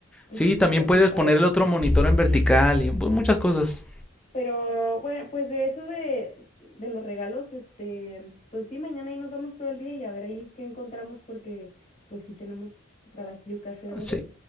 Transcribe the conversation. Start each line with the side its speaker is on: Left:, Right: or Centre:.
Left: Entonces
Centre: Sí, también
Left: está muy
Centre: puedes
Left: padre.
Centre: poner el otro monitor en vertical y pues, muchas cosas.
Left: Pero bueno, pues de eso de, de los regalos, este, pues sí, mañana ahí nos vamos todo el día y a ver ahí qué encontramos porque pues sí tenemos trabajillo que hacer, ¿verdad?
Centre: Sí.